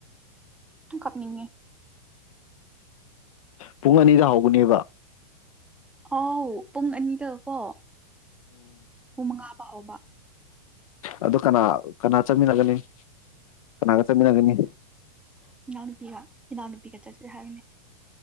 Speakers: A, in the centre; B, on the left (about 65°).
A: ꯇꯨ ꯀꯥꯞꯅꯤꯡꯉꯦ
B: ꯄꯨꯡ ꯑꯅꯤꯗ ꯍꯧꯕꯥꯅꯦꯕ
A: ꯑꯥꯎ ꯄꯨꯡ ꯑꯅꯤꯗꯀꯣ ꯄꯨꯡꯃꯉꯥ ꯐꯥꯎꯕ
B: ꯑꯗꯨ ꯀꯅꯥ ꯀꯅꯥ ꯆꯠꯃꯤꯟꯅꯒꯅꯤ ꯀꯅꯥꯒ ꯆꯠꯃꯤꯟꯅꯒꯅꯤ
A: ꯏꯅꯥꯎꯅꯨꯄꯤꯒ ꯏꯅꯥꯎꯅꯨꯄꯤꯒ ꯆꯠꯁꯦ ꯍꯥꯏꯕꯅꯤ